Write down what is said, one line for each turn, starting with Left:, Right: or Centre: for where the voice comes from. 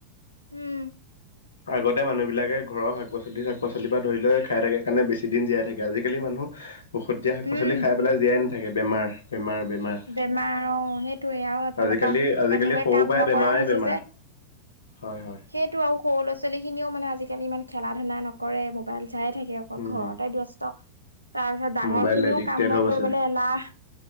Right: উম
Left: আগতে মানুহ বিলাকে ঘৰৰ শাক পাচলি শাক পাচলিৰ পৰা ধৰি লৈ খাই থাকে কাৰণে বেছি দিন জীয়াই থাকে আজিকালি মানুহ ঔষধ দিয়া শাক
Right: উম
Left: পাচলি খাই পেলাই জীয়াই নাথাকে বেমাৰ বেমাৰ।
Right: বেমাৰ অ সেইটো। আৰু এইফালে
Left: আজিকালি
Right: এফালৰ পৰা
Left: আজিকালি
Right: মানুহবোৰে
Left: সৰু
Right: কাম
Left: পৰাই
Right: নকৰা
Left: বেমাৰে
Right: হৈছে
Left: বেমাৰ।
Right: যে।
Left: হয় হয়।
Right: সেইটো আৰু সৰু ল'ৰা ছোৱালীখিনিও মানে আজিকালি ইমান খেলা ধূলা নকৰে মোবাইল চায় থাকে আৰু।
Left: উম
Right: ঘৰতে ব্যস্ত তাৰপিছত ডাঙৰ
Left: মোবাইল
Right: খিনিও
Left: এডিক্টেড
Right: কাম বন
Left: হৈ গৈছে।
Right: কৰিবলৈ এলাহ।